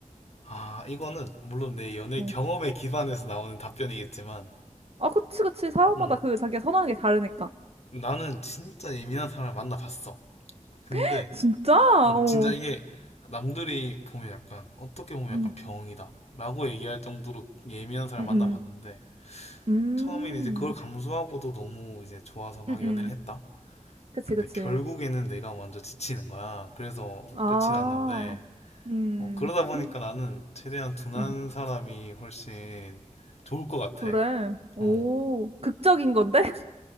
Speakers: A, on the left; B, on the right.
A: 아, 이거는, 물론 내 연애
B: 어.
A: 경험에 기반해서 나오는 답변이겠지만,
B: 아, 그치, 그치. 사람마다
A: 음,
B: 그 자기가 선호하는 게 다르니까.
A: 나는 진짜 예민한 사람을 만나봤어. 근데,
B: <laughs> 진짜?
A: 음,
B: 어.
A: 진짜 이게, 남들이 보면 약간, 어떻게 보면
B: 음,
A: 약간 병이다. 라고 얘기할 정도로 예민한 사람을
B: 음,
A: 만나봤는데,
B: 음. 음,
A: 처음에는 이제 그걸 감수하고도 너무 이제 좋아서 막
B: 응
A: 연애를
B: 응
A: 했다.
B: 그치,
A: 근데
B: 그치.
A: 결국에는 내가 먼저 지치는 거야. 그래서
B: 아,
A: 끝이 났는데,
B: 음.
A: 어, 그러다 보니까
B: 음.
A: 나는 최대한 둔한
B: 음.
A: 사람이 훨씬 좋을 것 같아.
B: 그래. 오,
A: 어,
B: 극적인 건데?